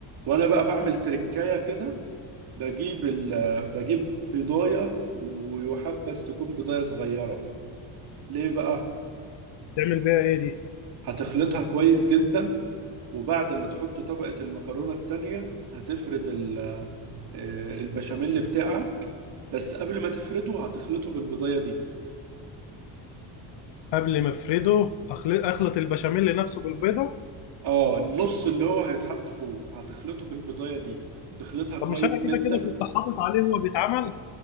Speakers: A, on the right (about 50°); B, on the left (about 70°).
A: وانا بقى بعمل تركايه كده بجيب ال... بجيب بضاية ويحبذ تكون بضاية صغيرة ليه بقى؟
B: تعمل بيها إيه دي
A: هتخلطها كويس جدا وبعد ما تحط طبقة المكرونة التانية هتفرد ال... آه، البشاميل بتاعك بس قبل ما تفرده هتخلطه بالبضاية دي
B: قبل ما افرده أخل- اخلط البشاميل نفسه بالبيضه
A: اه النص اللي هو هيتحط فوق هتخلطه بالبضاية دي تخلطها كويس
B: طب مش انا كده
A: جدا
B: كده كنت حاطط عليه وهو بيتعمل